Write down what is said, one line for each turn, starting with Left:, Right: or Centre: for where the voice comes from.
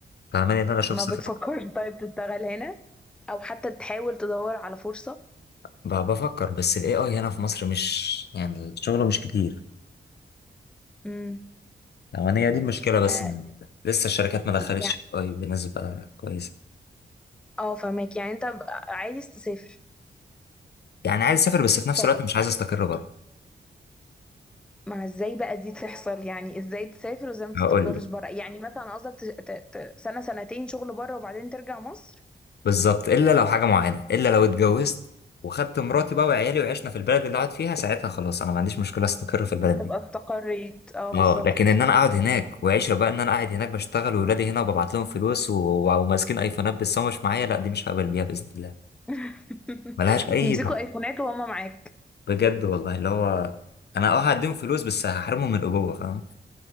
Left: فاهماني إن أنا أشوف
Centre: ما
Left: سفر
Centre: بتفكرش طيب تشتغل هنا او حتى تحاول تدور على فرصة
Left: ب- بفكر بس ال AI هنا في مصر مش يعني شغله مش كتير
Centre: امم
Left: لو أنا هي دي المشكلة بس
Centre: آه
Left: إن لسه الشركات ما دخلتش
Centre: يعني
Left: ال AI بنسبة كويسة
Centre: اه فهمك يعني انت ب- عايز تسافر
Left: يعني عايز أسافر بس في نفس
Centre: طيب
Left: الوقت مش عايز أستقر بره
Centre: ما ازاي بقى دي تحصل يعني ازاي تسافر وازاي ما تستقرش
Left: هقول لك
Centre: بره يعني مثلا قصدك تش- ت... ت... سنة سنتين شغل بره وبعدين ترجع مصر
Left: بالظبط إلا لو حاجة معينة إلا لو اتجوزت وخدت مراتي بقى وعيالي وعشنا في البلد اللي قاعد فيها ساعتها خلاص أنا ما عنديش مشكلة أستقر في البلد
Centre: هتبقى
Left: دي
Centre: استقريت اه
Left: اه
Centre: بالظبط
Left: لكن ان انا اقعد هناك وعيشه بقى ان انا قاعد هناك بشتغل واولادي هنا وببعت لهم فلوس و- وماسكين ايفونات بس هو مش معايا لا دي مش هقبل بيها باذن الله
Centre: <laughs>
Left: ملهاش اي
Centre: يمسكوا ايفونات وهم معاك
Left: بجد والله اللي هو انا اه هديهم فلوس بس هحرمهم من الابوه فاهم